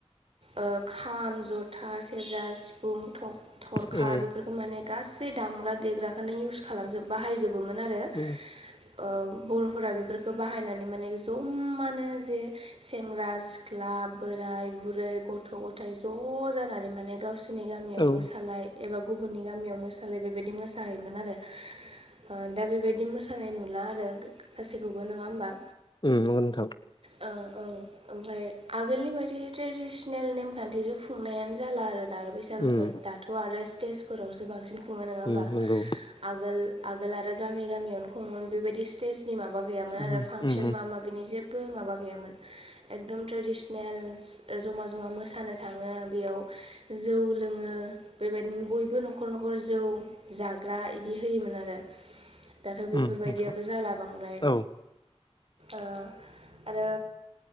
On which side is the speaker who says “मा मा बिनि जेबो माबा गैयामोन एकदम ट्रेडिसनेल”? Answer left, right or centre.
Right